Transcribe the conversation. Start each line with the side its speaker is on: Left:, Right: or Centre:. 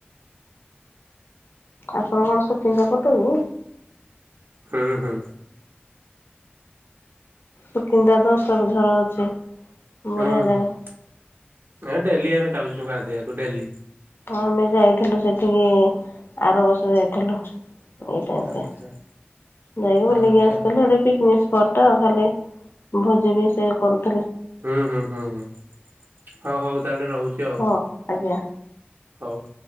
Left: ଆପଣଙ୍କର ସୁକିନ୍ଦା ପଟୁକି?
Right: ହୁଁ ହୁଁ।
Left: ସୁକିନ୍ଦା ଦର୍ଶନଝର ଅଛି। ବଢ଼ିଆ
Right: ହୁଁ
Left: ଜାଗା।
Right: ଏ ଡେଲି ଆମେ ଯାଉଛୁ ଗାଧୋଇବାକୁ ଡେଲି।
Left: ହଁ। ଆମେ ଯାଇଥିଲୁ ସେଠିକି ଆରବର୍ଷ ଯାଇଥିଲୁ। ଏଇ ଟାଇମ୍
Right: ଆଚ୍ଛା
Left: ରେ। ଜାଇକି ବୁଲିକି
Right: ଆଚ୍ଛା
Left: ଆସିଥିଲୁ, ସେଇଠି ପିକ୍ <unintelligible> ଟା ଖାଲି ଭୋଜି ବି ସେ କରୁ।
Right: ହୁଁ ହୁଁ ହୁଁ ହୁଁ ହଉ ହଉ ତାହେଲେ ରହୁଛି। ଆଉ
Left: ହଁ ଆଜ୍ଞା।
Right: ହଉ।